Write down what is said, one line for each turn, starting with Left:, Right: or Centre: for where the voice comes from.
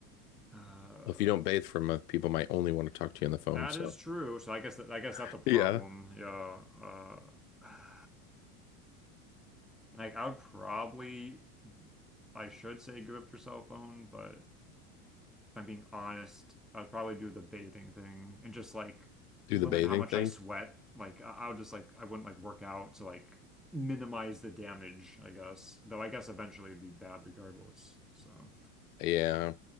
Centre: uh
Left: well if you don't bathe for a month people might only want to talk to you on the phone
Centre: that
Left: so
Centre: is true so I guess that I guess that's
Left: <laughs>
Centre: a problem
Left: yeah
Centre: yeah uh <sighs> like I would probably I should say give up your cell phone but if I'm being honest, I'd probably do the bathing thing and just like
Left: do
Centre: limit
Left: the bathing
Centre: how much
Left: thing
Centre: I sweat. Like I- I'll just like I wouldn't like work out to like minimize the damage, I guess. Though I guess eventually it'd be bad regardless. So
Left: <clears throat> yeah